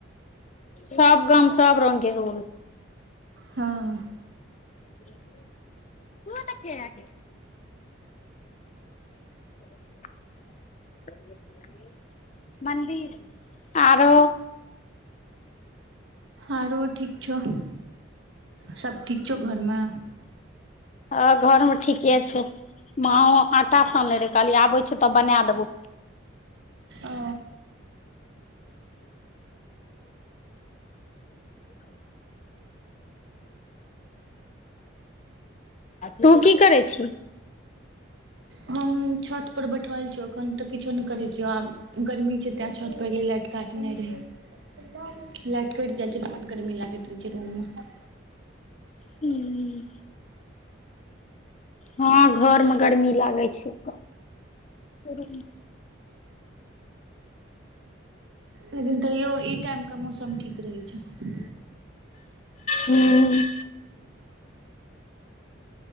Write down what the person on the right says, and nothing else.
हं
आरो ठीक छौउ सब ठीक छौउ घरमे
ओ
हम छत पर बैठल छीयौ अखन तऽ किछो नहि करैय छियौ आब गर्मी छैय तैं छत पर एलियै लाइट काटने रहै लाइट कैट जाइ छियै तऽ बड गर्मी लागैत रहै छैय रूम मे न
लेकिन तैयो ई टाइम के मौसम ठीक रहै छैय